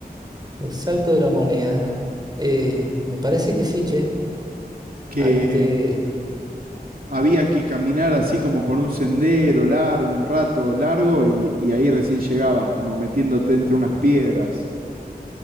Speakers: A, on the right; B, on the right.
A: El Salto de la Moneda. Eh, me parece que sí, che.
B: Que
A: Ahí te...
B: había que caminar así como por un sendero largo, un rato largo, y, y ahí recién llegabas, como metiéndote entre unas piedras.